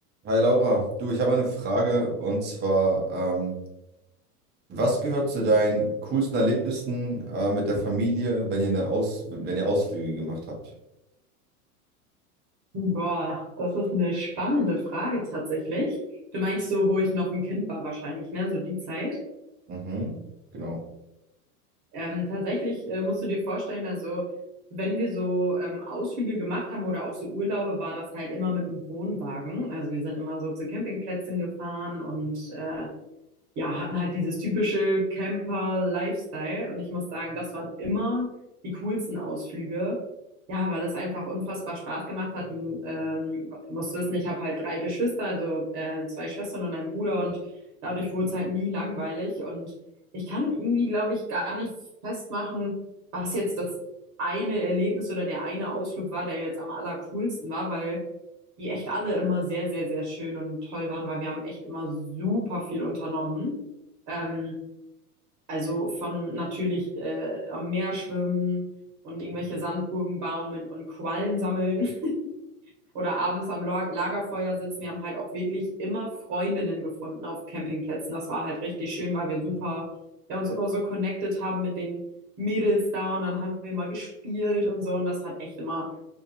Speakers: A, on the right (about 20°); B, on the right (about 40°).
A: Hi Laura, du, ich habe eine Frage und zwar, ähm, was gehört zu deinen coolsten Erlebnissen äh, mit der Familie, wenn ihr eine Aus wenn ihr Ausflüge gemacht habt?
B: Boah, das ist eine spannende Frage tatsächlich. Du meinst so, wo ich noch ein Kind war wahrscheinlich, ne? So die Zeit.
A: Mhm, genau.
B: Ähm, tatsächlich äh, musst du dir vorstellen, also wenn wir so ähm, Ausflüge gemacht haben oder auch so Urlaube, war das halt immer mit dem Wohnwagen. Also wir sind immer so zu Campingplätzen gefahren und äh, ja, hatten halt dieses typische Camper-Lifestyle und ich muss sagen, das waren immer die coolsten Ausflüge. Ja, weil es einfach unfassbar Spaß gemacht hat. Du ähm, musst wissen, ich habe halt drei Geschwister, also äh, zwei Schwestern und einen Bruder und dadurch wurde es halt nie langweilig und ich kann irgendwie, glaube ich, gar nicht festmachen, was jetzt das eine Erlebnis oder der eine Ausflug war, der jetzt am allercoolsten war, weil die echt alle immer sehr, sehr, sehr schön und toll waren, weil wir haben echt immer super viel unternommen. Ähm, also von natürlich äh, am Meer schwimmen und irgendwelche Sandburgen bauen mit und Quallen sammeln oder abends am La- Lagerfeuer sitzen. Wir haben halt auch wirklich immer Freundinnen gefunden auf Campingplätzen. Das war halt richtig schön, weil wir super, ja, uns immer so connected haben mit den Mädels da und dann haben wir mal gespielt und so und das hat echt immer